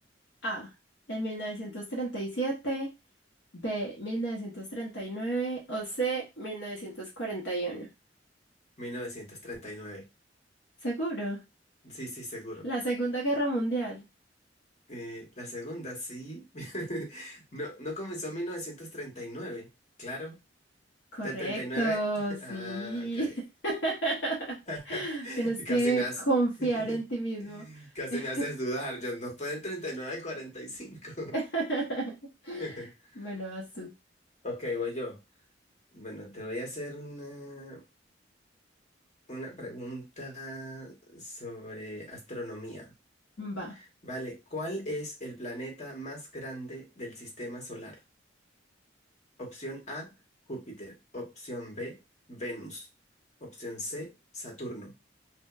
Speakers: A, on the left (about 70°); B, on the left (about 40°).
A: A, en 1937. B, 1939. o C, 1941.
B: Mil novecientos treinta y nueve.
A: ¿Seguro?
B: Sí, sí, seguro.
A: La Segunda Guerra Mundial.
B: Eh, la segunda, sí. <laughs> No, no comenzó en mil novecientos treinta y nueve. claro.
A: Correcto,
B: Del 39. <laughs>
A: sí.
B: Ah, ok.
A: <laughs>
B: <laughs>
A: Tienes que
B: Casi me has...
A: confiar
B: <laughs>
A: en ti mismo.
B: Casi
A: <laughs>
B: me haces dudar, John. No fue del 39 al 45.
A: <laughs>
B: <laughs>
A: Bueno, vas tú.
B: Ok, voy yo. Bueno, te voy a hacer una. Una pregunta sobre astronomía.
A: Va.
B: Vale, ¿cuál es el planeta más grande del sistema solar? Opción A, Júpiter. Opción B, Venus. Opción C, Saturno.